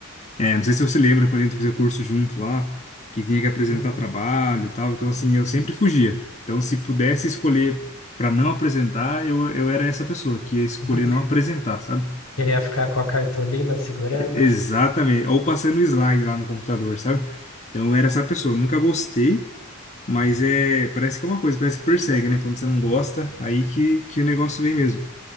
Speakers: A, on the left; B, on the left.
A: É, não sei se você lembra quando a gente fazia curso junto lá, que tinha que apresentar
B: Uhum.
A: trabalho e tal. Então, assim, eu sempre fugia. Então, se pudesse escolher para não apresentar, eu, eu era essa pessoa que ia escolher
B: <laughs>
A: não apresentar, sabe?
B: Queria ficar com a cartolina segurando?
A: Exatamente. Ou passando o slide lá no computador, sabe? Então, eu era essa pessoa. Eu Nunca gostei, mas é, parece que é uma coisa, parece que persegue, né? Quando você não gosta, aí que, que o negócio vem mesmo.